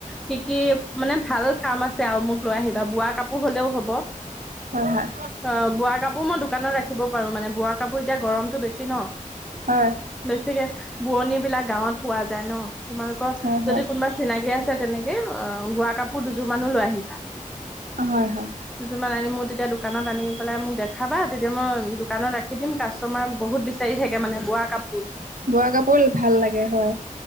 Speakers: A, in the centre; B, on the right (about 80°).
A: কি কি মানে ভাল কাম আছে আও মোক লৈ আহিবা বোৱা কাপোৰ হ'লেও হব। অঁ
B: হয় হয়
A: বোৱা কাপোৰ মই দোকানত ৰাখিব পাৰো মানে বোৱা কাপোৰ এতিয়া গৰমতটো বেছি ন?
B: হয়
A: বেছিকে বোৱনীবিলাক গাঁৱত পোৱা যায় ন? তোমালোঁকৰ
B: হয় হয়
A: যদি কোনোবা চিনাকি আছে তেনেকে অঁ বোৱা কাপোৰ দু দুযোমানো লৈ আহিবা,
B: হয় হয়
A: দুযোমান আনি মোৰ তেতিয়া দোকানত আনি পেলাই মোক দেখাবা তেতিয়া মই দোকানত ৰাখি দিম কাষ্টমাৰ বহুত বিচাৰি থাকে মানে বোৱা কাপো
B: বোৱা কাপোৰ ভাল লাগে হয়।